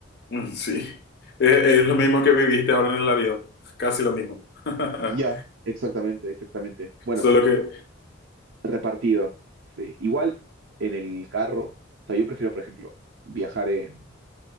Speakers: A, on the left; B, on the right.
A: Mm, Sí. Es, es lo mismo que viviste ahora en el avión. Casi lo mismo. <laughs>
B: Ya, exactamente, exactamente. Bueno,
A: Solo que...
B: Repartido. Sí. Igual en el carro, o sea, yo prefiero, por ejemplo, viajar en